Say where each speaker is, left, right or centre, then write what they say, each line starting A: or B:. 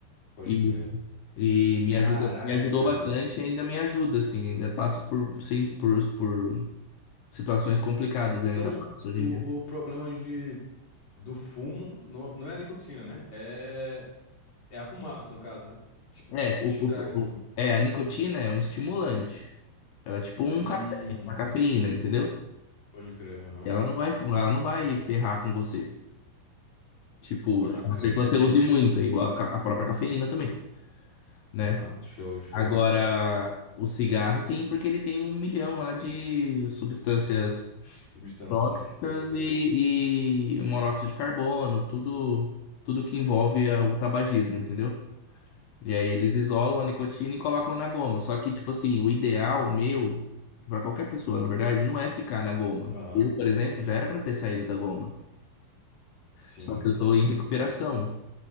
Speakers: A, on the left; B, on the left.
A: Pode
B: e
A: crer.
B: E me
A: Caraca,
B: ajuda, me ajudou
A: cara.
B: bastante e ainda me ajuda, assim, ainda passo por, sim, por, por situações complicadas,
A: Então,
B: eu ainda passo hoje
A: o,
B: em dia.
A: o problema de, do fumo não, não é a nicotina, né? É, é a fumaça, no caso, né? Tipo,
B: É, o,
A: estraga
B: o-
A: assim.
B: o- é, a nicotina é um estimulante. Ela é tipo um
A: Hum,
B: café, uma cafeína, entendeu?
A: pode crer, aham.
B: Ela não vai, ela não vai ferrar com você. Tipo,
A: Pode
B: a
A: crer,
B: não ser que
A: entendi.
B: você use muita, igual a, ca- a própria cafeína também, né?
A: Aham, show, show.
B: Agora, o cigarro, sim, porque ele tem um milhão lá de substâncias
A: Substâncias,
B: tóxicas
A: pode crer.
B: e, e o monóxido de carbono, tudo, tudo que envolve a- o tabagismo, entendeu? E aí eles isolam a nicotina e colocam na goma. Só que, tipo assim, o ideal meu, pra qualquer pessoa, na verdade, não é ficar na goma.
A: Aham,
B: Eu, por exemplo, já era pra ter saído da goma.
A: sim,
B: Só que eu
A: sim.
B: tô em recuperação,